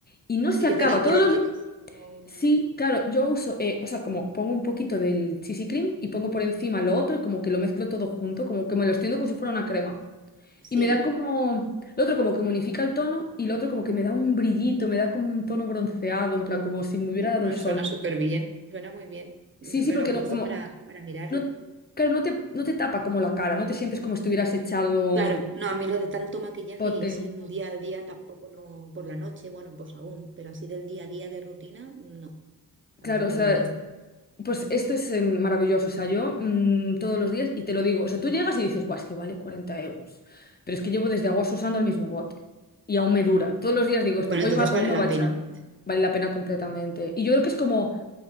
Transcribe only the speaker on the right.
Y
que te da un
colorcito
así como...
Sí,
y
bueno,
suena súper bien. Suena muy bien. Me
lo apunto
para, para mirarlo.
Claro,
no, a mí lo de tanto maquillaje
y así en día a día tampoco no, por la noche, bueno, pues aún, pero así del día a día de rutina, no, tampoco
lo veo.
Bueno,
entonces
vale
la
pena.